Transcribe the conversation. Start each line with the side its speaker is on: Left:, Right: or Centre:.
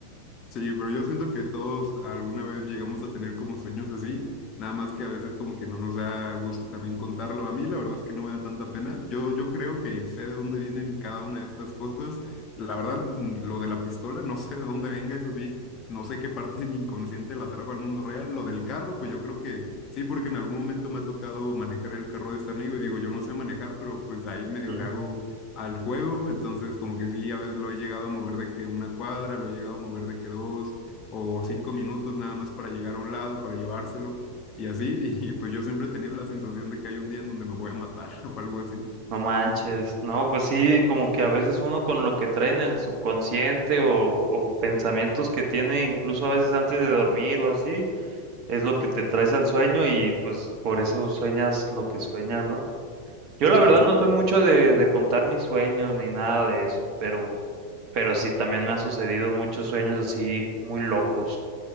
Left: Sí, pero yo siento que todos alguna vez llegamos a tener como sueños así, nada más que a veces como que no nos da gusto también contarlo. A mí la verdad es que no me da tanta pena. Yo, yo creo que sé de dónde vienen cada una de estas cosas. La verdad, mm, lo de la pistola, no sé de dónde venga, eso sí. No sé qué parte de mi inconsciente la trajo al mundo real. Lo del carro, pues yo creo que sí, porque en algún momento me ha tocado manejar el carro de este amigo y digo, yo no sé manejar, pero pues ahí medio
Right: Ujú.
Left: le hago al juego, entonces como que sí, a veces lo he llegado a mover de que una cuadra, lo he llegado a mover de que dos o cinco minutos nada más para llegar a un lado, para llevárselo y así, y, y pues yo siempre he tenido la sensación de que hay un día en donde me voy a matar <laughs> o algo así.
Right: No manches, no, pues sí, como que a veces uno con lo que trae en el subconsciente o, o pensamientos que tiene incluso a veces antes de dormir o así, es lo que te traes al sueño y pues por eso sueñas lo que sueñas, ¿no? Yo la verdad
Left: Así
Right: no soy
Left: es.
Right: mucho de, de contar mis sueños ni nada de eso, pero, pero sí, también me ha sucedido muchos sueños así muy locos.